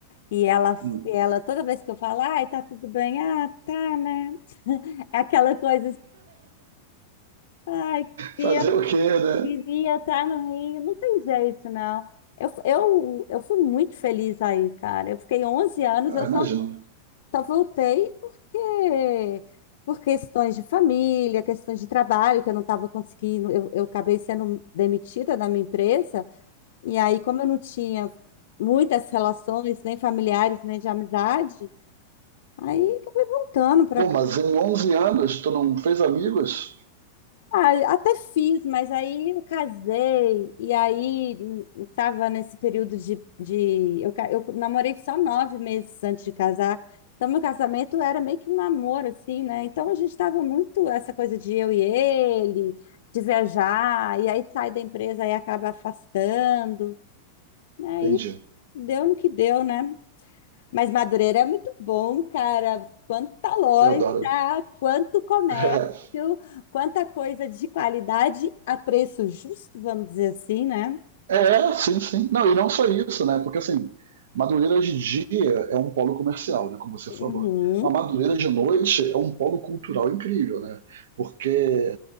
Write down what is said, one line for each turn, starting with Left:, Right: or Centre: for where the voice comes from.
Left: E ela,
Right: hum.
Left: ela toda vez que eu falo, ai, tá tudo bem? Ah, tá, né? É Aquela coisa, assim, ai, queria,
Right: Fazer o quê, né?
Left: queria estar no Rio. Não tem jeito, não. Eu, eu, eu fui muito feliz aí, cara. Eu fiquei 11 anos,
Right: Ah,
Left: eu
Right: imagino.
Left: só Só voltei porque por questões de família, questões de trabalho, que eu não estava conseguindo, eu, eu acabei sendo demitida da minha empresa, e aí, como eu não tinha muitas relações, nem familiares, nem de amizade, aí acabei voltando para
Right: Pô, mas em 11 anos tu não fez amigos?
Left: Ah, até fiz, mas aí eu casei, e aí hum, tava nesse período de, de eu, ca- eu namorei só nove meses antes de casar, então meu casamento era meio que um namoro, assim, né? Então a gente tava muito essa coisa de eu e ele, de viajar, e aí sai da empresa e acaba afastando, e aí
Right: Entendi.
Left: deu no que deu, né? Mas Madureira é muito bom, cara. Quanta loja,
Right: Que eu adoro.
Left: quanto comércio,
Right: <laughs>
Left: quanta coisa de qualidade a preço justo, vamos dizer assim, né?
Right: É, sim, sim. Não, e não só isso, né? Porque assim, Madureira de dia é um polo comercial, né? Como você
Left: Uhum.
Right: falou. A Madureira de noite é um polo cultural incrível, né? Porque